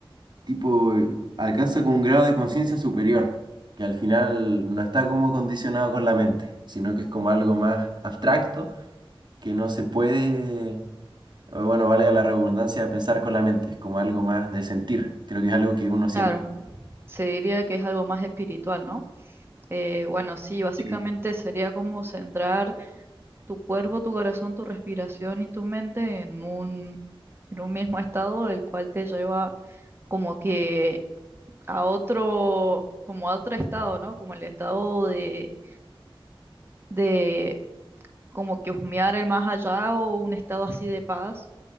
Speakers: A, on the right; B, on the right.
A: tipo, eh, alcanza con un grado de conciencia superior, que al final no está como condicionado con la mente, sino que es como algo más abstracto, que no se puede, o bueno, valga la redundancia, pensar con la mente, es como algo más de sentir, creo que es algo que uno siente.
B: Claro, se diría que es algo más espiritual, ¿no? Eh, bueno, sí, básicamente
A: Sí,
B: sería como centrar tu cuerpo, tu corazón, tu respiración y tu mente en un, en un mismo estado, el cual te lleva como que a otro, como a otro estado, ¿no? Como el estado de, de como que husmear el más allá o un estado así de paz.